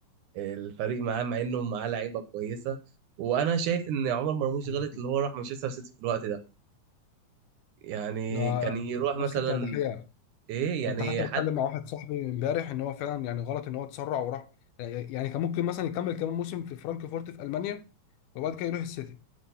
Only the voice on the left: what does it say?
ايوه
ده
نفس بتاع دحيح
كنت حتى بتكلم
مع واحد صاحبي امبارح ان هو فعلا يعني غلط ان هو اتسرع وراح يعني كان ممكن مثلا يكمل كمان موسم في فرانكفورت في المانيا وبعد كده يروح السيتي